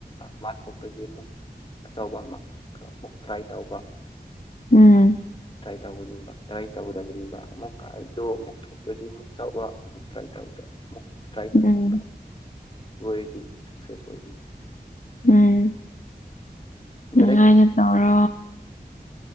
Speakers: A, on the left; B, on the left.
A: ꯃꯥ ꯊꯣꯛꯇ꯭ꯔꯗꯤ ꯑꯃꯨꯛ ꯑꯆꯧꯕ ꯑꯃ ꯑꯃꯨꯛ ꯇ꯭ꯔꯥꯏ ꯇꯧꯕ
B: ꯎꯝ
A: ꯇ꯭ꯔꯥꯏ ꯇꯧꯅꯤꯕ ꯇ꯭ꯔꯥꯏ ꯇꯧꯗꯕꯅꯤꯕ ꯑꯃꯨꯛꯀ ꯑꯗꯨꯣ ꯑꯃꯨꯛ ꯊꯣꯛꯛꯇꯗꯤ ꯑꯃꯨꯛ ꯆꯥꯎꯕ ꯑꯃꯨꯛ ꯀꯥꯏ ꯇꯧꯔꯗ꯭ꯔꯦ ꯑꯃꯨ ꯇ꯭ꯔꯥꯏ ꯇ
B: ꯎꯝ
A: ꯑꯃꯨꯛ ꯇ ꯑꯣꯏꯣꯏꯔꯗꯤ ꯁꯛꯁꯦꯁ ꯑꯣꯏꯒꯅꯤ
B: ꯎꯝ ꯅꯨꯡꯉꯥꯏꯅ
A: ꯗꯥꯏꯔꯦꯛ
B: ꯇꯧꯔꯣ